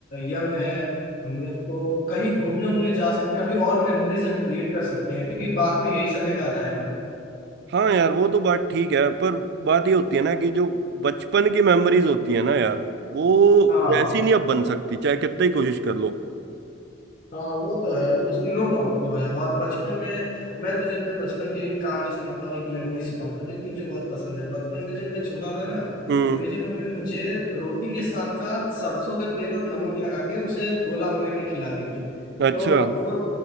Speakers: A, on the left (about 45°); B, on the right (about 55°).
A: यंग है हम लोग को कहीं घूमने उमने जा सकते हैं अभी और मेमोरीज हम क्रिएट कर सकते हैं क्योंकि बाद में यही सब याद आएगा
B: हाँ यार वो तो बात ठीक है पर बात ये होती है ना कि जो बचपन की मेमोरीज होती है ना यार वो
A: हाँ
B: वैसी नहीं अब बन सकती चाहे कितना ही कोशिश कर लो
A: हाँ वो तो है वो नो डाउट वो है और बचपन में मैं तुझे अपने बचपन की एक कहानी सुनाता हूँ एक मेमोरी सुनाता हूँ जो कि मुझे बहुत पसंद है बचपन में जब मैं छोटा था ना
B: हम्म
A: तो मेरी मम्मी मुझे रोटी के साथ साथ सरसों का तेल और नमक लगा के उसे गोला बना के खिलाती थी
B: अच्छा
A: तो वो